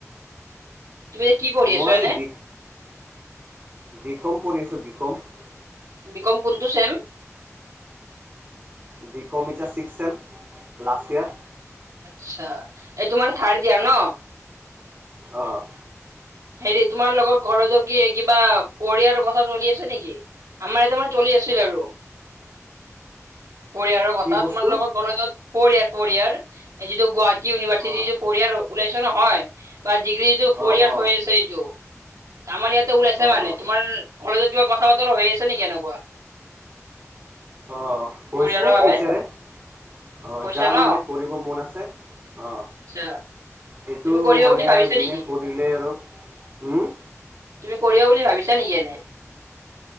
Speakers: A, on the right; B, on the right.
A: তুমি এতিয়া‌ কি পঢ়ি
B: মই
A: আছ এনে?
B: বি বি ক'ম কৰি আছোঁ, বি ক'ম।
A: বি ক'ম কোনটো চেম?
B: বি ক'ম এতিয়া ছিক্স চেম লাষ্ট ইয়াৰ।
A: আচ্ছা, এইটো মানে থাৰ্ড ইয়াৰ ন'?
B: অ'।
A: হেৰি তোমাৰ লগত কলেজৰ কি কিবা ফ'ৰ ইয়াৰ কথা চলি আছে নেকি? আমাৰ ইয়াতে মানে চলি আছিল আৰু। ফ'ৰ ইয়াৰৰ কথা,
B: কি
A: তোমালোকৰ
B: বস্তু
A: কলেজত ফ'ৰ ইয়াৰ ফ'ৰ ইয়াৰ যিটো গুৱাহাটী ইউনিভাৰ্চিটি
B: অঁ
A: যিটো ফ'ৰ ইয়াৰ ওলাইছে নহয় বা ডিগ্ৰীটো ফ'ৰ
B: অঁ
A: ইয়াৰ্চ
B: অঁ
A: হৈ আছে এইটো। আমাৰ ইয়াতে ওলাইছে
B: অঁ
A: মানে, তোমাৰ কলেজত কিবা কথা-বতৰা হৈ আছে নেকি এনেকুৱা?
B: অ',
A: ফ'ৰ
B: কৈছিলে
A: ইয়াৰৰ বাবে
B: টিচাৰে। অ',
A: কৈছা
B: যাৰ
A: ন
B: মানে পঢ়িব মন আছে। অ',
A: আচ্ছা
B: সেইটো
A: তুমি কৰিবা
B: মানে
A: বুলি ভাবিছা
B: আৰু যোনে
A: নেকি
B: কৰিলে আৰু উম।
A: তুমি কৰিবা বুলি ভাবিছা নেকি এনে?